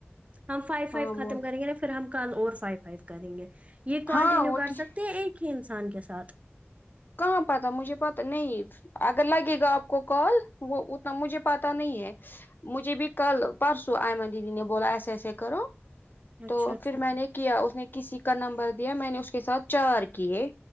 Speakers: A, on the right; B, on the left.
A: ہم فائیو فائیو
B: ہاں بول
A: ختم کریں گے پھر ہم کل اور فائیو فائیو کریں گے یہ کنٹینیو
B: ہاں وہ
A: کر
B: ٹھیک
A: سکتے ہیں ایک ہی انسان کے ساتھ
B: کہاں پتہ مجھے پتہ نہیں اگر لگے گا آپ کو کال وہ اتنا مجھے پتا نہیں ہے مجھے بھی کل پرسوں آئمن دی نے بولا ایسے ایسے کرو
A: اچھا
B: تو
A: اچھا
B: پھر میں نے کیا اس نے کسی کا نمبر دیا میں نے اس کے ساتھ چار کیے